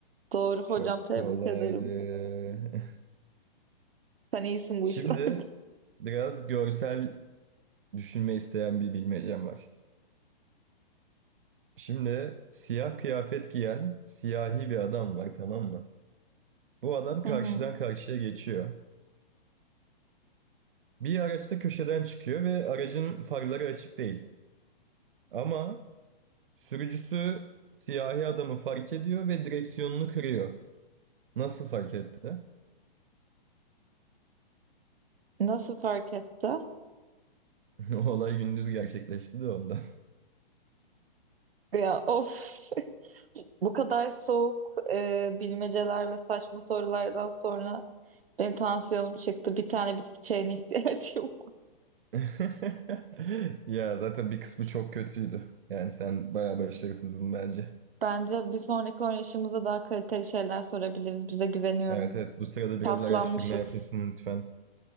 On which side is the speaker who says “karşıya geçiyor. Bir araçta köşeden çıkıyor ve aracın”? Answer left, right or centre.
Right